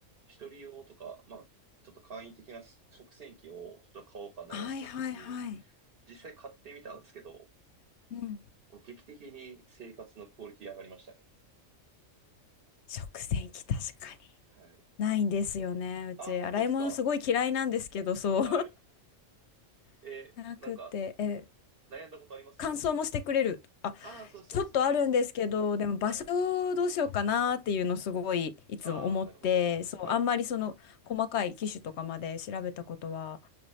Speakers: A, on the right; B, on the left.
A: 一人用とか、まあ、ちょっと簡易的な食洗機をちょっと買おうか悩んでた時に、
B: はいはいはい。
A: 実際買ってみたんですけど、
B: うん。
A: もう劇的に生活のクオリティ上がりましたね。
B: 食洗機確かに。
A: はい。
B: ないんですよね。
A: け
B: うち、
A: あ、本当ですか。
B: 洗い物すごい嫌いなんですけど、そう。
A: はい。え、
B: <laughs> なくて、
A: なんか、
B: え、
A: 悩んだことあります
B: 乾燥もしてくれる。あ、
A: ああー、そうそうそう。
B: ちょっとあるんですけど、
A: はい。
B: でも場所どうしようかなっていうのすごいいつも思って、
A: はい。ああ、なるほど。
B: そう、
A: はい。
B: あんまりその細かい機種とかまで調べたことは